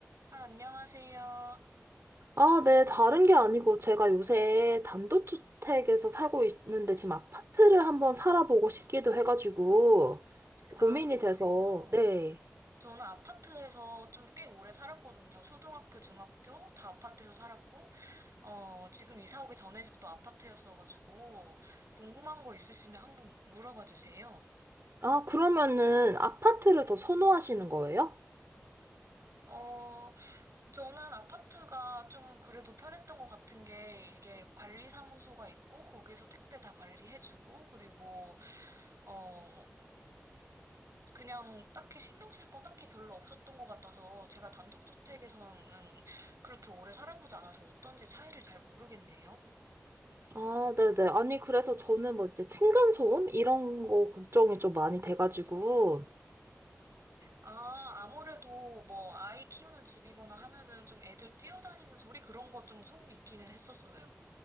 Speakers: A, on the right (about 75°); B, on the right (about 55°).
A: 아, 안녕하세요.
B: 아, 네, 다른 게 아니고 제가 요새 단독주택에서 살고 있는데 지금 아파트를 한번 살아보고 싶기도 해가지고 고민이
A: 아, 그러세요?
B: 돼서, 네.
A: 저는 아파트에서 좀 꽤 오래 살았거든요. 초등학교, 중학교 다 아파트에서 살았고, 어, 지금 이사 오기 전에 집도 아파트였어가지고, 궁금한 거 있으시면 한번 물어봐 주세요.
B: 아, 그러면은 아파트를 더 선호하시는 거예요?
A: 어, 저는 아파트가 좀 그래도 편했던 것 같은 게, 이게 관리사무소가 있고, 거기에서 택배 다 관리해주고, 그리고, 어, 그냥 딱히 신경 쓸 건 딱히 별로 없었던 것 같아서 제가 단독주택에서는 그렇게 오래 살아보지 않아서 어떤지 차이를 잘 모르겠네요.
B: 아, 네네. 아니, 그래서 저는 뭐 이제 층간소음? 이런 거 걱정이 좀 많이 돼가지고.
A: 아, 아무래도 뭐 아이 키우는 집이거나 하면은 좀 애들 뛰어다니는 소리 그런 거 좀 소음 있기는 했었어요.